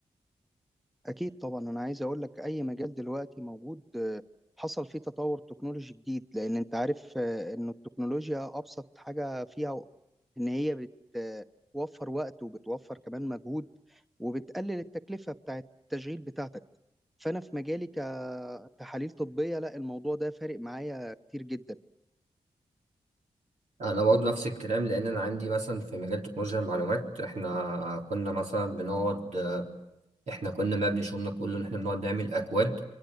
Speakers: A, in the centre; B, on the right.
A: أكيد طبعا أنا عايز أقول لك أي مجال دلوقتي موجود آه، حصل فيه تطور تكنولوجي جديد لأن أنت عارف آه، إن التكنولوجيا أبسط حاجة فيها إن هي بتوفر وقت وبتوفر كمان مجهود وبتقلل التكلفة بتاعة التشغيل بتاعتك فأنا في مجالي كتحاليل طبية لا الموضوع ده فارق معايا كتير جدا
B: أنا برضو نفس الكلام لأن أنا عندي مثلا في مجال تكنولوجيا المعلومات احنا كنا مثلا بنقعد آه، احنا كنا مبني شغلنا كله ان احنا بنقعد نعمل اكواد